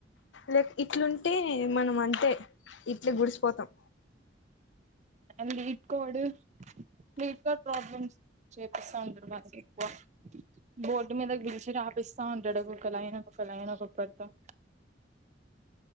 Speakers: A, on the left; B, on the right.
A: లైక్ ఇట్లుంటే మనం అంటే ఇట్లి గుడిసిపోతాం
B: అ ఇట్కోడు మీట్ కూడా ప్రాబ్లమ్స్ చేపిస్తా అందురు మ ఎక్కువ బోర్డు మీదకు పిలిచి రాపిస్తా ఉంటాడు ఒక ఒకలా అయినా ఒక ఒకలా అయినా ఒక పడుత